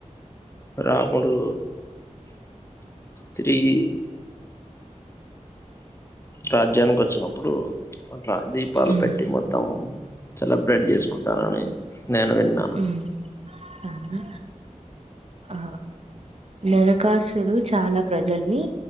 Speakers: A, on the left (about 20°); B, on the right (about 50°).
A: రాముడు తిరిగి రాజ్యానికి వచ్చినప్పుడు అట్లా దీపాలు
B: ఉమ్
A: పెట్టి మొత్తం సెలబ్రేట్ చేసుకుంటానని నేను విన్నా
B: ఉమ్ అవునా ఆ నరకాసుడు చాలా ప్రజల్ని